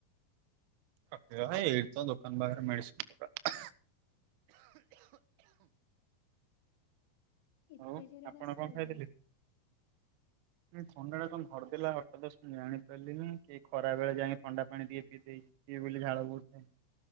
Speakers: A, on the right (about 55°); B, on the left (about 65°).
A: ରଖିଦବା ଏଇଠି ତ ଦୋକାନ ପାଖରେ ମେଡ଼ିସିନ ଦୋକାନ
B: ଏତେ
A: ହଉ
B: ଜୋରେ
A: ଆପଣ
B: କାଶ
A: କଣ
B: ହୋଉଚି
A: ଖାଇଥିଲେ?
B: ନା।
A: ଥଣ୍ଡା ଟା କଣ ଧରିଦେଲା ହଟାତ୍ ମୁଁ ଜାଣି ପାରିଲିନ କି ଖରା ବେଳେ ଯାଇକି ଥଣ୍ଡା ପାଣି ଟିକେ ପିଇଦେଇଚି ଟିକେ ବୋଲି ଝାଳ ବହୁଚି <unintelligible>